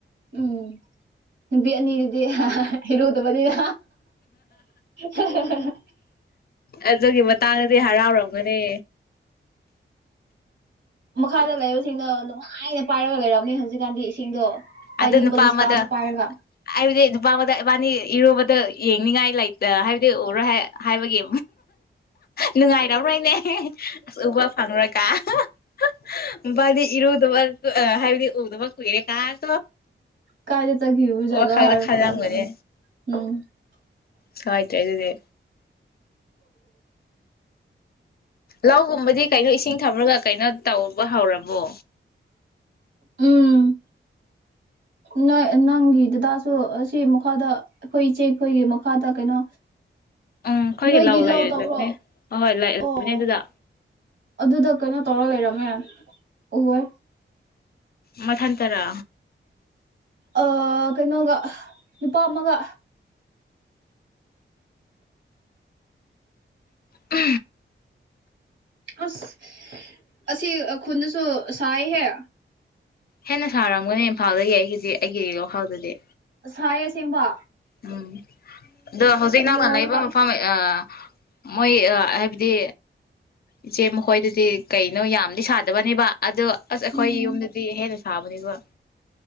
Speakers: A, on the right; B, on the left.
A: ꯎꯝ ꯅꯨꯕꯤ ꯑꯅꯤꯗꯨꯗꯤ ꯍꯥꯍꯥꯍꯥ ꯍꯔꯗ ꯃꯅꯤꯗ ꯍꯥꯍꯥꯍꯍꯥ
B: ꯑꯗꯨꯒꯤ ꯃꯇꯥꯡꯗꯗꯤ ꯍꯔꯥꯎꯔꯝꯒꯅꯤ
A: ꯃꯈꯥꯗ ꯂꯩꯕꯁꯤꯡꯅ ꯅꯨꯡꯉꯥꯏꯅ ꯄꯥꯏꯔꯒ ꯂꯩꯔꯝꯅꯤ ꯍꯧꯖꯤꯛꯀꯥꯟꯗꯤ ꯏꯁꯤꯡꯗꯣ ꯄꯥꯏꯅꯤꯡꯕꯒꯤ
B: ꯑꯗꯨ ꯅꯨꯄꯥ
A: ꯏꯁꯇꯥꯜꯗ
B: ꯑꯃꯗ
A: ꯄꯥꯏꯔꯒ
B: ꯍꯥꯏꯕꯗꯤ ꯅꯨꯄꯥ ꯑꯃꯗ ꯏꯕꯥꯅꯤ ꯏꯔꯨꯕꯗ ꯑꯗ ꯌꯦꯡꯅꯤꯡꯉꯥꯏ ꯂꯩꯇ ꯍꯥꯏꯕꯗꯤ ꯑꯣꯏꯔꯣꯏ ꯍꯥꯏꯕꯒꯤ ꯅꯨꯡꯉꯥꯏꯔꯝꯔꯣꯏꯅꯦ ꯑꯁ ꯎꯕ ꯐꯪꯉꯨꯔꯀꯥꯕꯥꯗꯤ ꯏꯔꯨꯗꯕ ꯍꯥꯏꯕꯗꯤ ꯎꯗꯨꯕ ꯀꯨꯏꯔꯦ ꯇꯥꯥꯛ
A: ꯀꯥꯏꯗ ꯆꯠꯈꯤꯕꯖꯥꯠꯂ
B: ꯋꯥꯈꯜꯗ
A: ꯍꯥꯔ
B: ꯈꯜꯂꯝꯒꯅꯤ
A: ꯈꯂꯝꯒꯅꯤ ꯎꯝ
B: ꯁꯣꯏꯗ꯭ꯔꯦ ꯑꯗꯨꯗꯤ ꯂꯧꯒꯨꯝꯕꯗꯤ ꯀꯩꯅꯣ ꯏꯁꯤꯡ ꯊꯝꯨꯔꯒ ꯀꯩꯅꯣ ꯇꯧꯕ ꯍꯧꯔꯕꯣ
A: ꯎꯝ ꯅꯣꯏ ꯅꯪꯒꯤ ꯗꯗꯥꯁꯨ ꯑꯁꯤ ꯃꯈꯥꯗ ꯑꯩꯈꯣꯏ ꯏꯆꯦꯈꯣꯏꯒꯤ ꯃꯈꯥꯗ ꯀꯩꯅꯣ
B: ꯎꯝ ꯑꯩꯈꯣꯏꯒꯤ
A: ꯅꯣꯏꯒꯤ
B: ꯂꯧ ꯂꯩꯔꯣꯏꯗꯕꯅꯦ
A: ꯂꯥꯎ ꯇꯧꯔꯣ
B: ꯑꯍꯣꯏ ꯂꯩꯕꯅꯦ
A: ꯑꯣ
B: ꯑꯗꯨꯗ
A: ꯑꯗꯨꯗ ꯀꯩꯅꯣ ꯇꯧꯔ ꯂꯩꯔꯕ ꯃ ꯎꯍ
B: ꯃꯊꯟꯇꯔ
A: ꯑ ꯀꯩꯅꯣꯒ ꯅꯨꯄꯥ ꯑꯃꯒ
B: ꯎ
A: ꯑꯁ ꯑꯁꯤ ꯈꯨꯟꯗꯁꯨ ꯁꯥꯏꯍꯦ
B: ꯍꯦꯟꯅ ꯁꯥꯔꯝꯒꯅꯤ ꯏꯝꯐꯥꯜꯗꯒꯤ ꯑꯩꯒꯤꯗꯤ ꯑꯩꯒꯤ ꯋꯥꯈꯜꯗꯗꯤ
A: ꯁꯥꯏ ꯁꯦꯡꯕ
B: ꯎꯝ ꯑꯗꯣ ꯍꯧꯖꯤꯛ ꯅꯪꯅ
A: ꯌꯧꯔꯒ
B: ꯂꯩꯕ ꯃꯐꯝ ꯑ ꯃꯣꯏ ꯍꯥꯏꯕꯗꯤ ꯏꯆꯦ ꯃꯈꯣꯏꯗꯨꯗꯤ ꯀꯩꯅꯣ ꯌꯥꯝꯗꯤ ꯁꯥꯗꯕꯅꯦꯕ ꯑꯗꯣ ꯑꯁ ꯑꯩꯈꯣꯏ
A: ꯎꯝ
B: ꯌꯨꯝꯗꯗꯤ ꯍꯦꯟꯅ ꯁꯥꯕꯅꯦꯕ